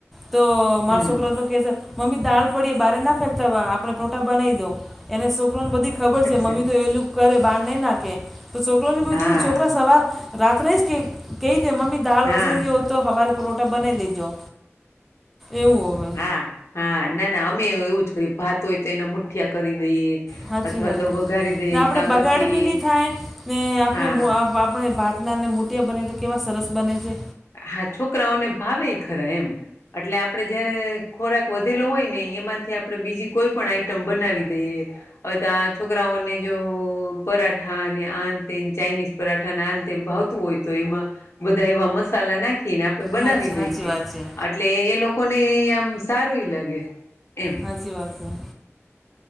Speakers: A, in the centre; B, on the left.
A: તો મારા
B: હમ
A: છોકરા સુ કહે છે. મમ્મી દાળ પડીે બારે ના ફેંકતા આપણે પ્રોટા બનાવી દો એને સુ છોકરો ને બધી ખબર છે
B: અચ્છા
A: મમ્મી તો એલું કરે બહાર નહી નાખે તો છોકરો બધી
B: હા
A: છોકરા સવાર રાત્ર રઈ કે કહી દ મમી દાળ
B: હા
A: વસેલી હોતી તો હવારે પરોઠા બનાવી લેજો એવું હવે
B: હા હા ના ના અમે એવું જ કરીએ ભાત હોય તો એના મુઠિયા કરી દઈએ
A: હાચી
B: અથવા
A: વાત
B: તો
A: હૈ.
B: વઘારી દઈએ
A: ને આપણે
B: કા
A: બગાડ
B: પછી
A: બી નહીં થાય ને આપણે
B: હા
A: આપણે મુ ભાતનાને મુ તીયા બને તો કેવા સરસ બને છે.
B: હા છોકરાઓને ભાવે ખરા એમ એટલે આપડે જયારે ખોરાક વધેલો હોય ને એમાંથી આપણે બીજી કોઈ પણ આઈટમ બનાવી દઈએ હવે તો છોકરાઓને જો પરાઠા અને આંત ચાઇનીઝ પરાઠા ના અંત એ ભાવતું હોય તો એમાં બધા એવા મસાલા નાખીને તો બનાવી
A: સાચી સાચી
B: દઈએ
A: વાત છે
B: એટલે એ લોકો ને આમ સારું એ લાગે એમ
A: હાચી વાત હૈ.